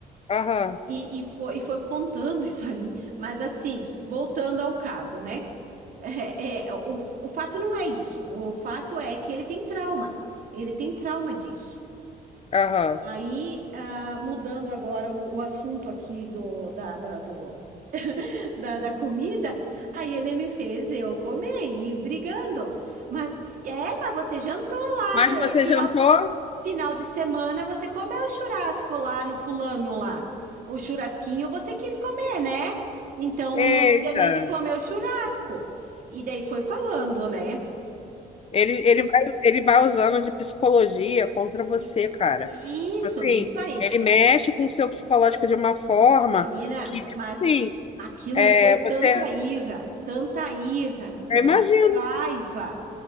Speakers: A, on the left; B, on the right.
A: aham,
B: E, e foi, e foi contando <laughs> isso ali. Mas assim, voltando ao caso, né? É, é, o, o fato não é isso. O fato é que ele tem trauma. Ele tem trauma disso.
A: aham.
B: Aí, ah, mudando agora o, o assunto aqui do, da, da, do- da- da comida, aí ele me fez eu comer e ir brigando. Mas, é, mas você jantou lá,
A: Mas você
B: final,
A: jantou?
B: final de semana você comeu o churrasco lá no fulano lá. O churrasquinho você quis comer, né? Então
A: Eita.
B: não tinha nem de comer o churrasco. E daí foi falando, né?
A: Ele, ele vai, ele vai usando de psicologia contra você,
B: Isso,
A: cara.
B: isso,
A: Tipo assim,
B: isso aí.
A: ele mexe com o seu psicológico de uma forma
B: Menina,
A: que, tipo
B: mas
A: assim,
B: aquilo
A: é,
B: me deu tanta
A: você.
B: ira, tanta ira, tanta
A: Eu imagino,
B: raiva.